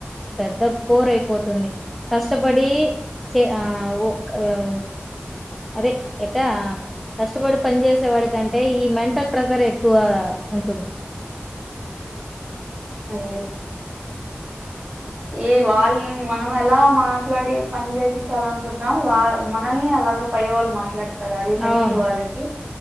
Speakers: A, in the centre; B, on the right.
A: పెద్ద పోరయిపోతుంది. కష్టపడి చే ఆ ఒక్ ఎయో అదే ఎట్ట కష్టపడి పని చేేసేవాడికంటే. ఈ మెంటల్ ప్రెషర్ ఎక్కువ. ఉంటుంది.
B: డి ఈ వాళ్ళని మనం ఎలా మాట్లాడి పని చేపించాల అనుకుంటున్నాం. వాల్ మనల్ని అలాగ పై వాళ్ళు మాట్లాడ్ అది తెలిదు
A: అవును
B: వాళ్ళకి.